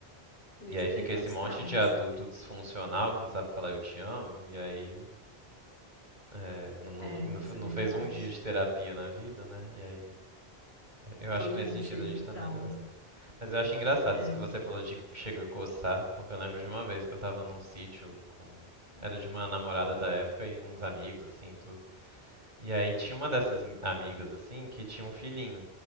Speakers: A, on the left (about 70°); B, on the right (about 45°).
A: Por isso
B: E aí fica
A: tem tantos
B: esse monte
A: traumas.
B: de adulto disfuncional que não sabe falar eu te amo, e aí é, não, não,
A: É,
B: não-
A: isso
B: não
A: é verdade.
B: fez um dia de terapia na vida, né? E aí eu acho
A: Todo
B: que nesse
A: mundo
B: sentido
A: cheio
B: a gente
A: de
B: tá
A: traumas.
B: melhorando. Mas eu acho engraçado
A: É.
B: isso que você falou de chega a coçar, porque eu lembro de uma vez que eu tava num sítio com. Era de uma namorada da época e uns amigos, assim, e tudo. E aí tinha uma dessas mi- amigas, assim, que tinha um filhinho.